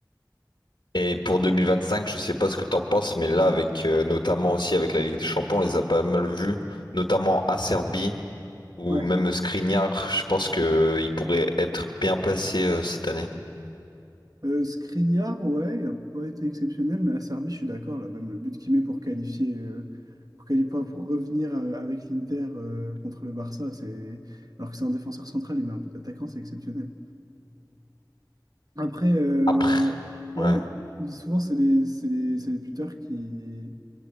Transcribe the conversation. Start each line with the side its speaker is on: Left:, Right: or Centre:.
Left: Et pour 2025, je sais pas ce que t'en penses, mais là, avec euh, notamment aussi avec la Ligue des Champions, on les a pas mal vus, notamment Acerbi ou
Right: Ouais.
Left: même Skriniar. Je pense que euh, il pourrait être bien placé euh, cette année.
Right: Euh, Skriniar, ouais, il a pas été exceptionnel, mais Acerbi, je suis d'accord, là, même le but qu'il met pour qualifier, euh, pour quali- pour pour revenir euh, avec l'Inter euh, contre le Barça, c'est... alors que c'est un défenseur central, il met un but d'attaquant, c'est exceptionnel. Après, euh,
Left: Après,
Right: ouais,
Left: ouais,
Right: mais souvent, c'est les, c'est les, c'est les buteurs qui,